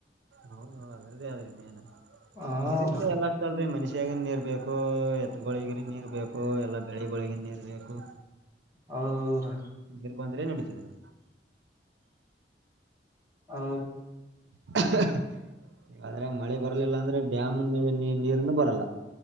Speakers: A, on the right; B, on the right.
A: ಹೌದೌ ಅದ್ರದ್ದೇ ಆದ್ರಿಂದೇಏನು
B: ಹ
A: ನೀರಿದ್ರೆ ಎಲ್ಲ ಅಷ್ಟ ಅಲ್ರಿೀ ಮನಷ ಷ್ಯಗನ್ ನೀರ್ ಬೇಕು ಎತ್ಗಳಿಗರಿ ನೀರ್ ಬೇಕು ಎಲ್ಲಾ ಬೆಳಿಗಳಿಗನ್ ನೀರ್ ಬೇಕು
B: ಹೌದ ಹೌದ್ರಿ
A: ನೀರ್ ಬಂದ್ರೆ ನಡೀತದ್ರಿ
B: ಹೌ
A: <unintelligible> ಯಾದ್ರೆ ಮಳೆ ಬರಲಿಲ್ಲ ಅಂದ್ರೆ ಡ್ಯಾಮ್ ನೀ ನೀರ್ನು ಬರಲ್ಲ